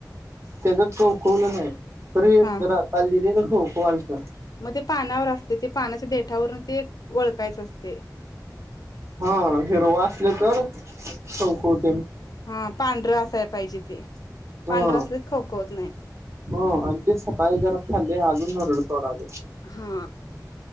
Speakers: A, on the right; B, on the left.
A: त्याच टवकल नाही तरी
B: हा
A: जरा
B: हा
A: चाललेली हो कॉल कर
B: मग ते पानावर असते ते पानाच्या देठावरून ते व ओळखयचं असतय
A: हा हिरव असल तर खवखवतय
B: हा पांढरं असायला पाहिजे ते पांढरं
A: हा
B: असले की खवकवत नाही
A: हो आणि ते सकाळी जरा खाल्ले अजून नरड तोडालय
B: हा